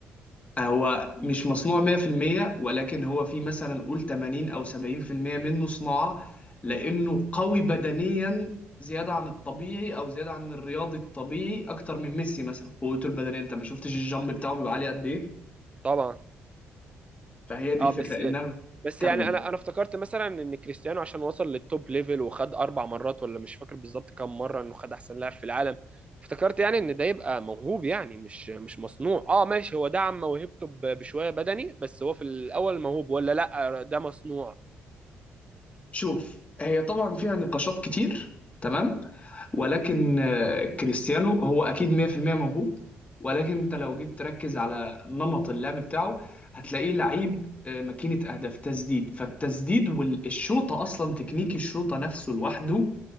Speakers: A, on the left; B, on the right.
A: آه، هو مش مصنوع 100% ولكن هو في مثلا قول 80 او 70% منه صناعة لانه قوي بدنيا زيادة عن الطبيعي او زيادة عن الرياضي الطبيعي اكتر من ميسي مثلا قوته البدنية انت ما شفتش الجامب بتاعه بيبقى عالي قد ايه
B: طبعا
A: فهي دي
B: اه
A: الفكرة
B: بس
A: انها
B: بس
A: كمل
B: يعني انا انا افتكرت مثلا ان كريستيانو عشان وصل للتوب ليفل وخد اربع مرات ولا مش فاكر بالظبط كام مره انه خد احسن لاعب في العالم افتكرت يعني ان ده يبقى موهوب يعني مش مش مصنوع اه ماشي هو دعم موهبته ب- بشويه بدني بس هو في الاول موهوب ولا لا ده مصنوع
A: شوف هي طبعا فيها نقاشات كتير تمام ولكن آه، كريستيانو هو اكيد 100% موهوب ولكن انت لو جيت تركز على نمط اللعب بتاعه هتلاقيه لعيب آه، ماكينة اهداف تسديد فالتسديد والشوطة اصلا تكنيك الشوطة نفسه لوحده